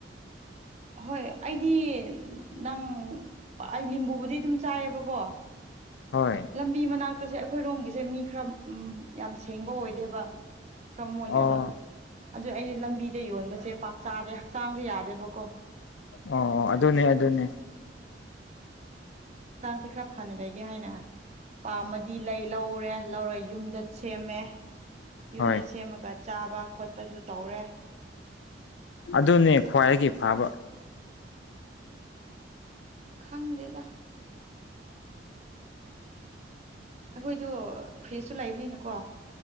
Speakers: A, on the right (about 35°); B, on the left (about 70°).
A: ꯍꯣꯏ ꯑꯩꯗꯤ ꯅꯪ ꯑꯩ ꯂꯤꯕꯨꯗꯤ ꯑꯗꯨꯝ ꯆꯥꯏꯌꯦꯕꯀꯣ
B: ꯍꯣꯏ
A: ꯂꯝꯕꯤ ꯃꯅꯥꯛꯇꯁꯦ ꯑꯩꯈꯣꯏꯔꯣꯝꯒꯤꯁꯦ ꯃꯤ ꯈꯔ ꯎꯝ ꯌꯥꯝ ꯁꯦꯡꯕ ꯑꯣꯏꯗꯦꯕ ꯈꯔ ꯃꯣꯜꯂꯦꯕ
B: ꯑꯣ
A: ꯑꯗꯨ ꯑꯩꯅ ꯂꯝꯕꯤꯗ ꯌꯣꯟꯕꯁꯦ ꯄꯥꯛ ꯆꯥꯗꯦ ꯍꯛꯆꯥꯡꯁꯦ ꯌꯥꯗꯦꯕꯀꯣ
B: ꯑꯣ ꯑꯣ
A: ꯑꯗꯨꯒꯤ
B: ꯑꯗꯨꯅꯦ ꯑꯗꯨꯅꯦ
A: ꯑꯗꯨꯝ ꯍꯛꯆꯥꯡꯁꯦ ꯈꯔ ꯐꯅ ꯂꯩꯒꯦ ꯍꯥꯏꯅ ꯄꯥꯝꯃꯗꯤ ꯂꯩ ꯂꯧꯔꯦ ꯂꯧꯔ ꯌꯨꯝꯗ ꯁꯦꯝꯃꯦ
B: ꯍꯣꯏ
A: ꯌꯨꯝꯗ ꯁꯦꯝꯃꯒ ꯆꯥꯕ ꯈꯣꯠꯄꯁꯨ ꯇꯧꯔꯦ
B: ꯑꯗꯨꯅꯦ ꯈ꯭ꯋꯥꯏꯗꯒꯤ ꯐꯕ
A: ꯈꯪꯗꯦꯗ ꯑꯩꯈꯣꯏꯗꯣ ꯐ꯭ꯔꯤꯖꯇꯨ ꯂꯩꯕꯅꯤꯅꯀꯣ